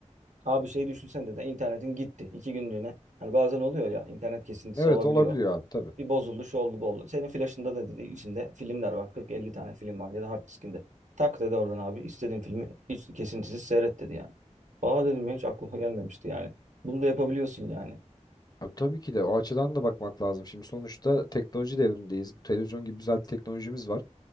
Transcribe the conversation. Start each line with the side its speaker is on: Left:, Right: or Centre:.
Right: abi şey düşünsen dedi internetin gitti iki günlüğüne. Hani bazen oluyor ya internet kesintisi
Left: evet
Right: olabiliyor.
Left: olabiliyor abi tabii.
Right: Bir bozuldu, şu oldu, bu oldu. Senin flash'ında da dedi içinde filmler var. 40-50 tane film var ya da hard diskinde. Tak dedi oradan abi istediğin filmi hiç kesintisiz seyret dedi yani. Aa dedim ya hiç aklıma gelmemişti yani. Bunu da yapabiliyorsun yani.
Left: Abi tabii ki de o açıdan da bakmak lazım. Şimdi sonuçta teknoloji devrindeyiz. Bu televizyon gibi güzel teknolojimiz var.